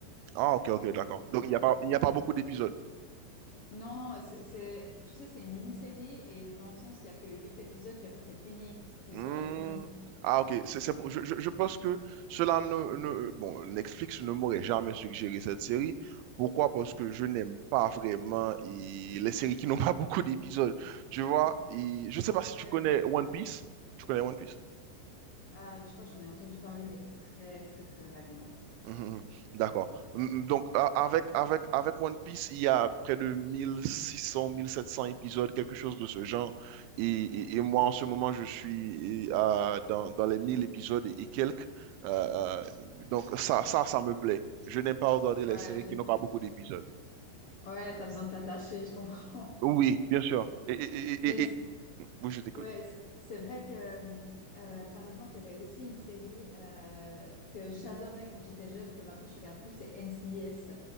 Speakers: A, on the right (about 85°); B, on the left (about 70°).
A: Ah, ok, ok,
B: quelque
A: d'accord.
B: chose comme
A: Donc,
B: ça.
A: il n'y a pas, il n'y a pas beaucoup d'épisodes.
B: Non, c'est, c'est- tu sais, c'est une mini-série. Et dans le sens, il n'y a que huit épisodes, puis après, c'est fini. L'histoire,
A: Hmm.
B: elle est finie.
A: Ah, ok. C'est, c'est
B: Donc,
A: pour- je, je- je pense que cela ne, ne- Bon, Netflix ne m'aurait jamais suggéré cette série. Pourquoi? Parce que je n'aime pas vraiment et les séries qui n'ont pas <laughs> beaucoup d'épisodes. Tu vois? Et je sais pas si
B: en-
A: tu connais
B: ouais, je vois.
A: One Piece. Tu connais One Piece?
B: Ah, alors je crois que j'en ai entendu parler, mais très très très vaguement.
A: Mhm, mhm. D'accord. Mm, mm, Donc, a- avec, avec, avec One Piece, il y a près de mille mille six cents mille sept cents épisodes, quelque chose de ce genre. Et, et-
B: Ouais,
A: et moi, en ce moment, je suis et, euh, dans, dans les 1000 épisodes et, et quelques. Euh, euh, donc, ça, ça, ça me plaît. Je n'aime pas regarder
B: ouais,
A: les séries
B: je-
A: qui n'ont pas beaucoup d'épisodes.
B: ouais, t'as besoin de t'attacher, je comprends.
A: Oui, bien sûr. Et, et,
B: <laughs> Mais
A: et,
B: c'est-
A: et- et- Oui, je t'écoute.
B: ouais, c'est c'est vrai que euh, euh, par exemple, il y avait aussi une série euh, que j'adorais quand j'étais jeune, que maintenant je regarde plus, c'est NCIS.